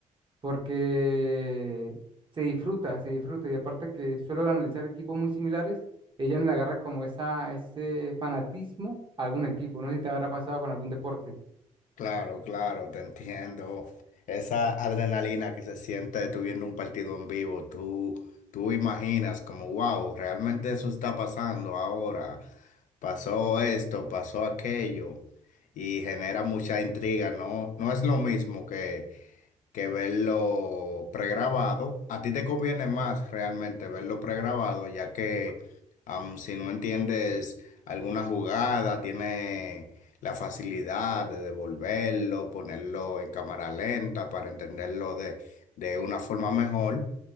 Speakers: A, on the right; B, on the left.
A: porque se disfruta, se disfruta. Y aparte que suelo analizar equipos muy similares, ella no le agarra como esa, ese fanatismo a algún equipo. No sé si te habrá pasado con algún deporte.
B: Claro, claro, te entiendo. Esa adrenalina que se siente tú viendo un partido en vivo, tú, tú imaginas como, wow, realmente eso está pasando ahora. Pasó esto, pasó aquello. Y genera mucha intriga, ¿no? No es lo mismo que que verlo pregrabado. A ti te conviene más realmente verlo pregrabado, ya que am, si no entiendes alguna jugada, tiene la facilidad de devolverlo, ponerlo en cámara lenta para entenderlo de, de una forma mejor